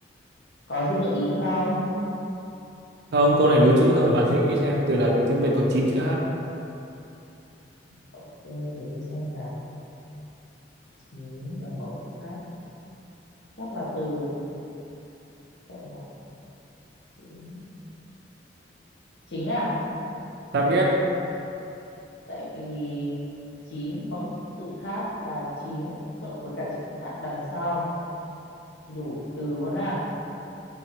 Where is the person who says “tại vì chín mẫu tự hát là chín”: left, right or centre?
Left